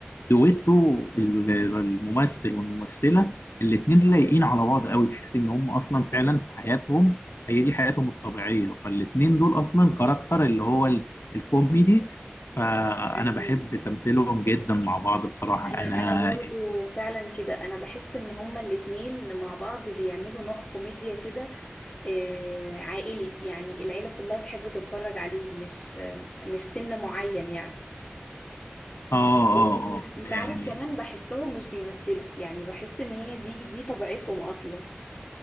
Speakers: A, on the left (about 75°); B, on the left (about 25°).
A: دويتو ال- ال- الممثل والممثله الاثنين لايقين على بعض قوي تحس ان هم اصلا فعلا في حياتهم هي دي حياتهم الطبيعيه فالاثنين دول اصلا كاركتر اللي هو ال- الكوميدي فانا
B: حقيقي.
A: بحب تمثيلهم جدا مع بعض بصراحه
B: انا
A: انا
B: انا برضو
A: يعني
B: فعلا كده انا بحس ان هما الاتنين مع بعض بيعملوا نوع كوميديا كده آه، عائلي يعني العيلة كلها تحب تتفرج عليه مش مش سن معين يعني
A: اه اه
B: ومش-
A: اه
B: انت
A: يعني
B: عارف كمان بحسهم مش بيمثلوا يعني بحس ان هي دي دي طبيعتهم اصلا